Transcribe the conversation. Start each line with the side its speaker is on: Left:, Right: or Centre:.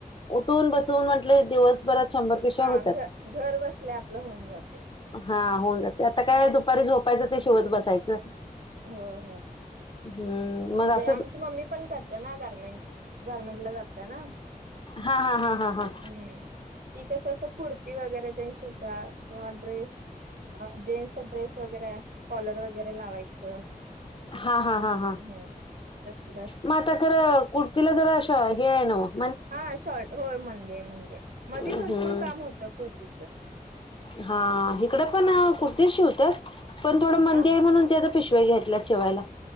Left: उठून बसून म्हंटलं दिवस बरं शंभर पिशव्या
Right: हा
Left: होतात.
Right: घ घर बसल्या आपलं होऊन जाते.
Left: हा होऊन जाते आता काय दुपारी झोपायचं ते शिवत बसायचं.
Right: होय होय हो
Left: हम्म मग
Right: म्हणजे
Left: असंच
Right: आमची मम्मी पण ना गारमेंट करते ना गारमेंट ला जातंय ना.
Left: हा हा हा हा हा.
Right: हम्म ती कसं असं कुर्ती वगैरे तेन शिवता. किंवा ड्रेस अ जेन्सचा ड्रेस वगैरे कॉलर वगैरे लावायचं.
Left: हा हा हा हा
Right: हम्म तसलं असते.
Left: म आता खरं कुर्तीला जरा अशा हे आहे ना व
Right: हा शॉर्ट होय मंदे मंदे मध्ये
Left: हम्म
Right: भरपूर काम होतं कुर्तीचं.
Left: हा हिकडं पण कुर्ती शिवतात पण थोडं मंदी
Right: आ
Left: हाय म्हणून तेजा पिशव्या घेतल्या शिवायला.